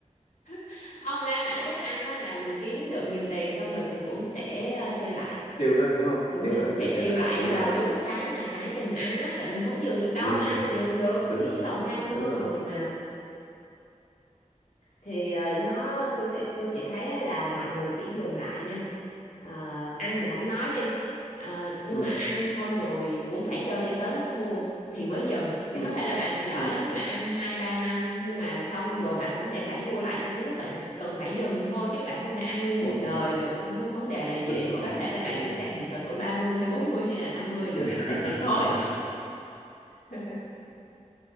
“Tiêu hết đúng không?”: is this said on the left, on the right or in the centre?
Left